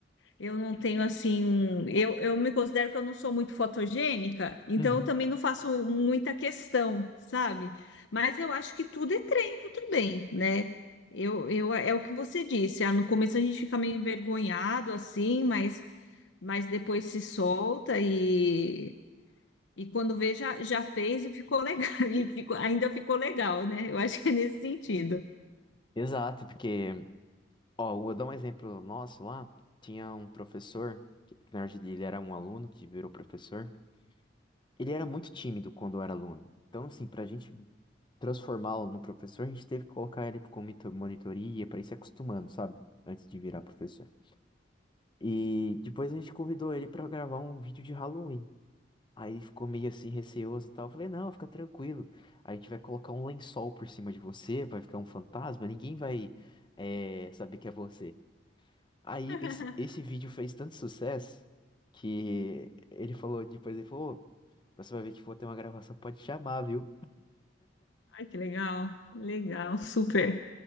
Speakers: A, on the left; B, on the left.
A: Eu não tenho assim um. Eu, eu me considero que eu não sou muito fotogênica, então
B: Uhum.
A: eu também não faço muita questão, sabe? Mas eu acho que tudo é treino também, né? Eu, eu, é o que você disse. Ah, no começo a gente fica meio envergonhado, assim, mas, mas depois se solta e, e quando vê, já, já fez e ficou legal. <laughs> E ficou, ainda ficou legal, né? Eu acho que é nesse sentido.
B: Exato, porque, ó, eu vou dar um exemplo nosso lá. Tinha um professor, que na verdade ele era um aluno que virou professor. Ele era muito tímido quando era aluno. Então, assim, pra gente transformá-lo num professor, a gente teve que colocar ele com mito- monitoria, pra ir se acostumando, sabe? Antes de virar professor. E depois a gente convidou ele pra gravar um vídeo de Halloween. Aí ficou meio assim receoso e tal. Eu falei, não, fica tranquilo. A gente vai colocar um lençol por cima de você, vai ficar um fantasma, ninguém vai eh, saber que é você. Aí
A: <laughs>
B: esse, esse vídeo fez tanto sucesso que ele falou, depois ele falou, "Ô, próxima vez que for ter uma gravação, pode chamar, viu?
A: Ai, que legal, legal, super.